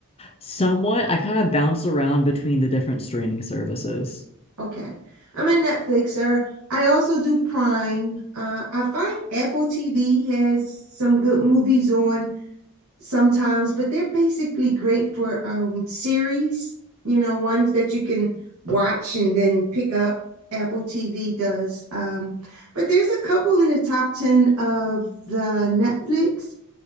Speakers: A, on the left (about 25°); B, on the right (about 85°).
A: Somewhat, I kind of bounce around between the different streaming services. <laughs>
B: Okay. I'm a Netflixer. I also do Prime. Uh, I find Apple TV has some good movies on sometimes, but they're basically great for um, series, you know, ones that you can watch and then pick up. Apple TV does. Um, but there's a couple in the top 10 of the Netflix